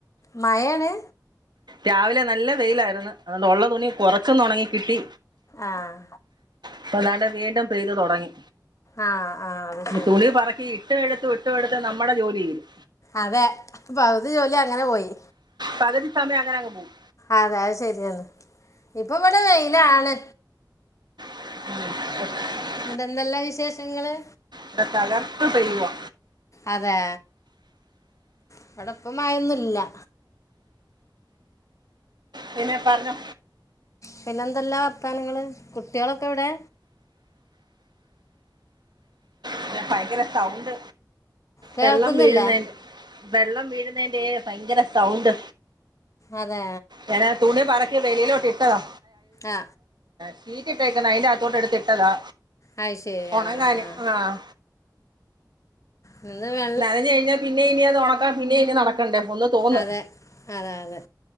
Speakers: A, on the left; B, on the right.
A: മഴേണ്.
B: രാവിലെ നല്ല വെയിലാരുന്ന് അതുകൊണ്ട് ഒള്ള തുണി കൊറച്ചൊന്ന് ഒണങ്ങികിട്ടി.
A: ആഹ്.
B: ഇപ്പതാണ്ടേ വീണ്ടും പെയ്ത് തൊടങ്ങി
A: ആ ആ അത് ശരി
B: തുണി പറക്കി ഇ ഇട്ടു എടുത്തും, ഇട്ടു എടുത്തും നമ്മുടെ ജോലിതീരും.
A: അതെ പകുതി ജോലി അങ്ങനെ പോയി.
B: പകുതി സമയം അങ്ങനെ അങ് പോവും.
A: അതെ അഹ് ശെരിയാണ് ഇപ്പൊ ഇവിടെ വെയിലാണ്.
B: <inaudible>
A: ഇന്ന്ട്ടെന്തല്ലാ വിശേഷങ്ങള്.
B: ഇവടെ തകർത്ത് പെയ്യുവാ.
A: അതേ ഇവിടെ ഇപ്പൊ മയൊന്നുല്ലാ.
B: പിന്നെ പറഞ്ഞോ
A: പിന്നെ എന്തല്ല വർത്താനങ്ങള് കുട്ടികളൊക്കെ എവിടെ
B: പിന്നെ ഭയങ്കര സൗണ്ട്
A: കേൾക്കുന്നില്ല
B: വെള്ളം വീഴുന്നതിന്റെ വെള്ളം വീഴുന്നതിന്റെ ഭയങ്കരസൗണ്ട്
A: അതെ
B: ഞനാ തുണി പറക്കി വെളിയിലോട്ട് ഇട്ടതാ
A: ആ
B: ഷീറ്റ് ഇട്ടക്കുന്ന അയിന്റെ അകത്തോട്ട് എടുത്തിട്ടതാ
A: അത് ശരി
B: ഉണങ്ങാന്
A: ആ ആ ആ
B: ആഹ്
A: നിന്ന് വേ
B: നനഞ്ഞ് കഴിഞ്ഞാൽ പിന്നെ ഇനി അത് ഉണക്കാം പിന്നെ ഇനി നടക്കണ്ടേ ഒന്ന് തോന്ന്
A: അതെ അതെ അതെ